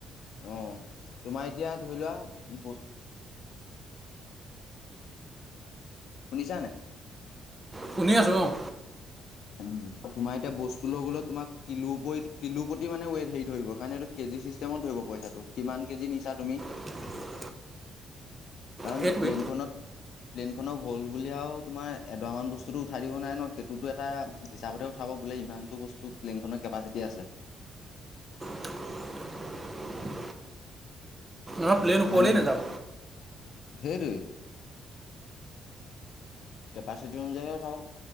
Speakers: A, on the left; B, on the right.
A: অ'। তোমাৰ এতিয়া ধৰি লোৱা ব শুনিছানে?
B: শুনি আছোঁ, অ'।
A: উম, তোমাৰ এতিয়া বস্তু লৈ গ'লেও তোমাক কিলো কৰি, কিলো প্ৰতি মানে ৱেইট হেৰি ধৰিব, কাৰণ এইটো কেজি চিষ্টেমত ধৰিব। পইচাটো, কিমান কেজি নিছা তুমি।
B: <inaudible>
A: কাৰণ
B: সেইটোৱে
A: প্লেনখনত প্লেইনখনক হ'ল বুলি আৰু তোমাৰ এডৰা মান বস্তুতো উঠাই দিব নোৱাৰে ন', সেই <unintelligible> এটা হিচাপতহে উঠাব, বোলে ইমানটো বস্তু বোলে প্লেনখনৰ কেপাচিটি আছে।
B: <inaudible> <unintelligible> প্লেন ওপৰলেই
A: হয় নে
B: নাযাব।
A: নহয় সেইটোৱেই। কেপাচিটি অনুযাই হে উঠাব।